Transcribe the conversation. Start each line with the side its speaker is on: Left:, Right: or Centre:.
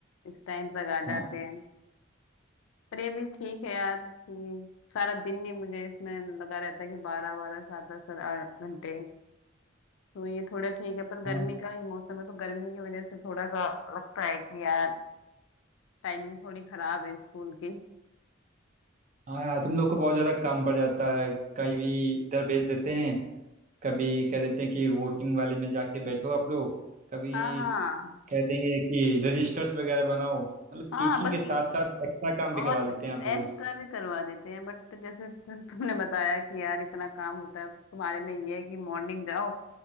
Left: इस टाइम तक आ
Right: हाँ
Left: जाते हैं पर ये भी ठीक है यार कि सारा दिन नहीं मुझे इसमें लगा रहता है कि बारह बारह सात दस घंटे तो ये थोड़ा ठीक है पर गर्मी
Right: हाँ
Left: का ही मौसम है तो गर्मी की वजह से थोड़ा सा लगता है कि यार टाइमिंग थोड़ी खराब है स्कूल की
Right: हाँ यार तुम लोग को बहुत ज़्यादा काम पड़ जाता है कभी इधर भेज देते हैं कभी कह देते हैं कि वोटिंग वाले में जाके बैठो आप लोग कभी
Left: हाँ हाँ
Right: कह देंगे कि रजिस्टर्स वगैरह बनाओ मतलब
Left: हाँ
Right: टीचिंग
Left: बस
Right: के साथ
Left: ये
Right: साथ एक्स्ट्रा काम भी
Left: और
Right: करवा देते हैं आप लोगों
Left: एक्स्ट्रा
Right: से
Left: भी करवा देते हैं बट जैसे <laughs> तु- तुमने बताया कि यार इतना काम होता है तुम्हारे में ये है कि मॉर्निंग जाओ